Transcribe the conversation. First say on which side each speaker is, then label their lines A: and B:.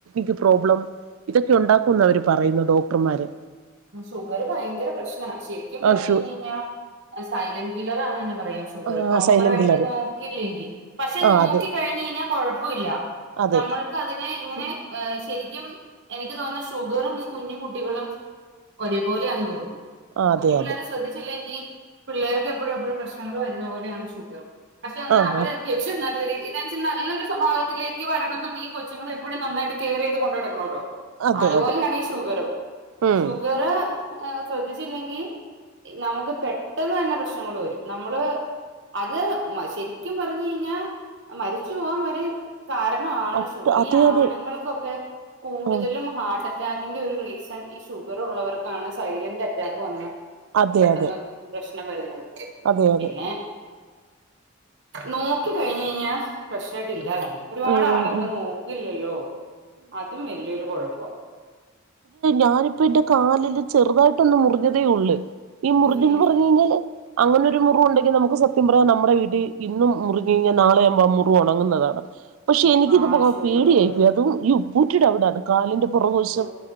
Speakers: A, on the right (about 85°); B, on the right (about 60°).
A: ക് പ്രോബ്ലം ഇതൊക്കെ ഉണ്ടാക്കുംന്ന് അവര് പറയുന്നു ഡോക്ടർമാര്
B: ശുഗർ ഭയങ്കര പക്ഷ ശരിക്കും
A: ആ
B: പറഞ്ഞ
A: ഷു
B: കഴിഞ് കഴിഞ്ഞാൽ സൈലന്റ് കില്ലറാന്ന് തന്നെ പറയാം ഷുഗർ
A: ആ
B: പ്രോപ്പർ
A: സൈലന്റ്
B: ആയിട്ട്
A: കില്ലറ്
B: നോക്കില്ലെങ്കിൽ പക്ഷെ നോക്ക
A: ആ അതെ
B: കഴിഞ്ഞഞ് കഴിഞ്ഞാ കൊഴപ്പില്ല
A: അതെ
B: നമ്മൾക്ക് അതിനെ ഇങ്ങനെ ശരിക്കും എനിക്ക് തോന്നുന്ന ഷുഗറും കുഞ്ഞു കുട്ടികളും ഒരേപോലെയാെന്ന് തോന്നുന്നു.
A: അതെ
B: കുഞ്ഞു പിള്ളേരെ
A: അതെ
B: ശ്രദ്ധിച്ചില്ലെങ്കിൽ പിള്ളേർക്ക് എപ്പോഴും എപ്പോഴും പ്രശ്നങ്ങൾ വരുന്ന പോലെയാണ് ഷുഗറും പക്ഷെ എന്നാൽ
A: ആഹ്
B: അവരെ <unintelligible> നല്ലൊരു ഇതാ വച്ച നല്ലൊ സ്വഭാവത്തിലേക്ക് വരണ എന്നുണ്ടെങ്കിൽ കൊച്ചുങ്ങളെ എപ്പോഴും നന്നായിട്ട് കെയർ ചെയ്ത് കൊണ്ട് നടക്കണമല്ലോ?
A: അതെ
B: അതുപോലെയാണ്
A: അതെ
B: ഈ ഷുഗറും
A: ഉം
B: ഷുഗറ് ശ്രദ്ധിച്ചില്ലെങ്കി നമുക്ക് പെട്ടെന്ന് തന്നെ പ്രശ്നങ്ങൾ വരും നമ്മള് അത് മ ശരിക്കും പറഞ്ഞു കഴിഞ്ഞാ മരിച്ചു പോവാൻ വരെ കാരണവാണ്
A: അത്
B: ഷുഗറ്
A: അതെ
B: ഈ
A: അതെ
B: ആണുങ്ങൾക്കൊക്കെ കൂടുതലും
A: ഉം
B: ഹാർട്ട് അ റ്റാക്കിന്റെ ഒരു റീസൺ ഈ ഷുഗർ ഉള്ളവർക്കാണ് സൈലന്റ് അറ്റാക്ക് വന്ന്
A: അതെ
B: പെട്ടെന്ന്
A: അതെ
B: പ്രശ്നം വരുന്നത്
A: അതെ അതെ
B: പിന്നെ നോക്കി കഴിഞ്ഞ് കഴിഞ്ഞാൽ പ്രശ്നവോട്ട് ഇല്ലാതാനും ഒരുപാട്
A: ഉം ഉം
B: ആളുകള്
A: ഉം
B: നോക്കില്ലല്ലോ അതും വല്യൊരു കുഴപ്പാ
A: ഞാനിപ്പോ എൻ്റെ കാലില് ചെറുതായിട്ട് ഒന്ന് മുറിഞ്ഞതേ ഉള്ളു ഈ മുറിഞ്ഞെന്ന്
B: ഉം
A: പറഞ്ഞു കഴിഞ്ഞാല് അങ്ങനെ ഒരു ഒരു മുറിവുണ്ടെങ്കി നമുക്ക് സത്യം പറഞ്ഞ നമ്മുടെ വീട്ടി ഇന്നും മുറിഞ്ഞ് കഴിഞ്ഞാ നാളെയാവുമ്പോ ആ മുറു ഉണങ്ങുന്നതാണ് പക്ഷെ എനിക്കിത്
B: ആ
A: പ
B: ഷുഗർ
A: പേടിയായി
B: ഉള്ളവർക്ക്
A: പോയി അതും ഈ ഉപ്പുകുറ്റിടെ അവിടയാണ് കാലിന്റെ പുറകുവശം
B: ഓ